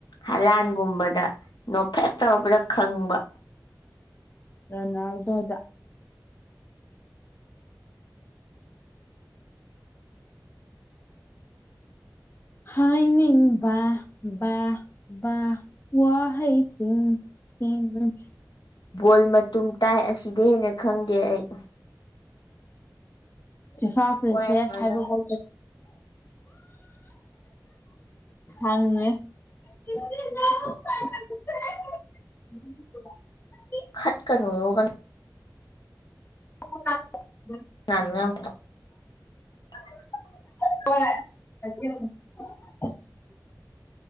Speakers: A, on the left; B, on the left.
A: ꯍꯂꯥꯟꯒꯨꯝꯕꯗ ꯅꯣꯛꯐꯦꯠ ꯇꯧꯔꯛꯔꯕꯗ ꯈꯪꯕ
B: ꯔꯣꯅꯥꯜꯗꯣꯗ ꯍꯥꯏꯅꯤꯡꯕꯃ ꯕꯥ ꯕꯥ ꯋꯥꯍꯩ ꯁꯤ ꯎꯝ ꯎꯝ
A: ꯕꯣꯜ ꯃꯇꯨꯝ ꯇꯥꯏ ꯑꯁꯤꯗꯤ ꯍꯦꯟꯅ ꯈꯪꯗꯦ ꯑꯩ
B: ꯏꯐꯥꯜ ꯄ꯭ꯔꯤꯟꯁꯦꯁ
A: ꯋꯥ
B: ꯍꯥꯏꯕꯕꯨ <inaudible> ꯍꯉꯃꯦ <inaudible> ꯎꯝ <unintelligible>
A: ꯈꯠꯀꯅꯣꯌꯦ ꯀꯟꯅ
B: <unintelligible>
A: <unintelligible>
B: ꯍꯣꯏ <unintelligible>